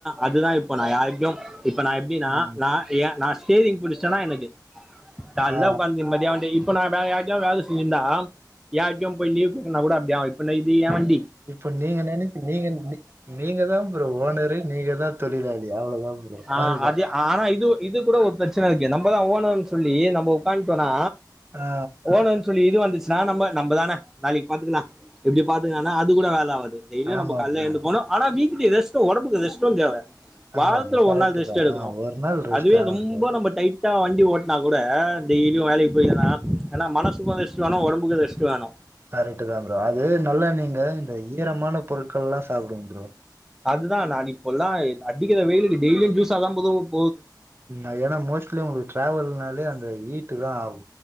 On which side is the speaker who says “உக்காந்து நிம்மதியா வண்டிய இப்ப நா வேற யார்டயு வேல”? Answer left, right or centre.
Centre